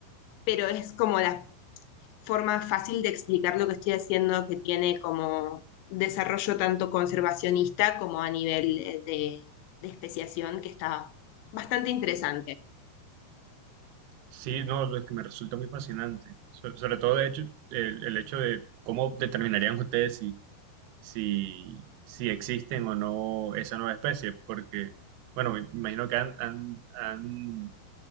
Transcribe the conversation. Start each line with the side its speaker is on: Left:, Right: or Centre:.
Left: pero es como la forma fácil de explicar lo que estoy haciendo que tiene como desarrollo tanto conservacionista como a nivel eh, de, de especiación, que está bastante interesante.
Right: Sí, no, lo que me resulta muy fascinante. So- sobre todo, de hecho, el, el hecho de cómo determinarían ustedes si si, si existen o no esa nueva especie, porque, bueno, me imagino que han, han- han,